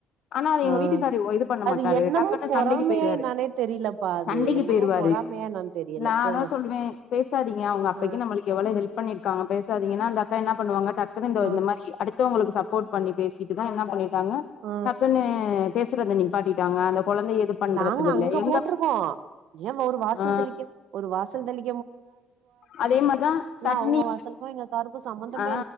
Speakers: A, on the left; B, on the right.
A: ஆனா அது
B: ஆ
A: எங்க வீட்டுக்காரு இது பண்ண
B: அது
A: மாட்டாரு
B: என்னமோ
A: டக்குன்னு
B: பொறாமையா
A: சண்டைக்கு போயிருவாரு
B: என்னானே தெரியலப்பா அது
A: சண்டைக்கு
B: என்னமோ
A: போயிருவாரு
B: பொறாமையா என்னான்னு தெரியல
A: நா
B: போங்க
A: அதா சொல்லுவே பேசாதீங்க அவுங்க அப்பைக்கு
B: ஆ
A: நம்மளுக்கு எவ்வள ஹெல்ப் பண்ணிரு க்காங்க பேசாதிங்கனா அந்த அக்கா என்ன பண்ணுவாங்க டக்குனு இந்த
B: ஆ
A: இந்த மாரி அடு த்தவுங்களுக்கு சப்போர்ட் பண்ணி பேசிட்டுதா என்னா பண்ணி ட்டாங்க
B: ஆ
A: டக்குனு பேசுறத நிப்பாட்டிட்டாங்க அந்த கொழந்தைய இது பண்றது
B: நாங்க
A: இல்ல
B: அங்க
A: எங்க
B: போட்ருக்கோ ஏ ஒரு வாசல்
A: ஆ
B: தெளிக்க ஒரு வாசல் தெளி
A: அதே மாரிதா தண்ணி
B: அவங்க வாசலுக்கு எங்க காருக்கு சம்பந்தமே
A: ஆ